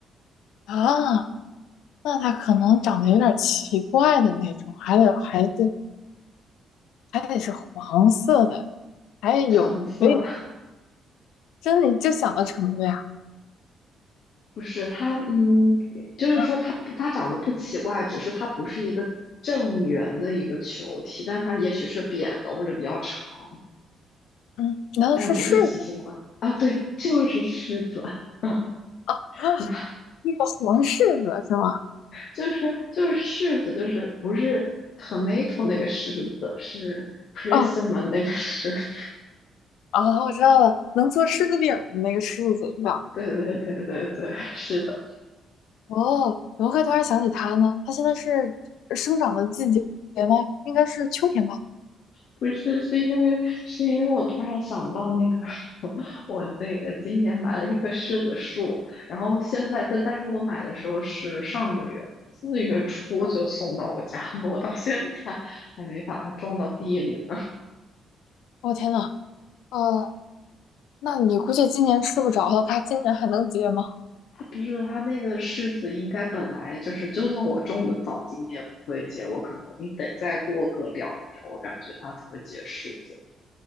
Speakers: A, on the left; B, on the left.
A: 啊，那它可能长得有点奇怪的那种，还得还得还得是黄色的，还有，
B: 橙色
A: 以真的就想到橙子呀？
B: <laughs> 不是它，嗯，就是说它不它长得不奇怪，
A: 嗯
B: 只是它不是一个正圆的一个球体，但它也许是扁的或者比较长，
A: 嗯，难道是柿子
B: 但是不是奇形怪啊。对，就是柿子。<laughs> 嗯，
A: 啊？
B: 你看，
A: 那个黄柿子是吗？
B: 就是就是柿子，就是不是 tomato 那个柿子，是 prism
A: 哦
B: 那个柿子。
A: 哦，我知道了，能做柿子饼儿的那个柿子是吧？
B: <laughs> 对对对对对，是的，
A: 哦，怎么会突然想起它呢？它现在是生长的季节吗？应该是秋天吧？
B: 不是是因为是因为我突然想到那个 <laughs> 我那个今年买了一棵柿子树，然后现在但但是我买的时候是上个月四月初就送到我家了，
A: 嗯，
B: 我到现在还没把它种到地里呢。
A: 哦天呐，哦，那你估计今年吃不着了，他今年还能结吗？
B: <laughs> 不是它那个柿子应该本来就是，就算我种的早，今年也不会结果，可能你得再过个两年，我感觉它才会结柿子。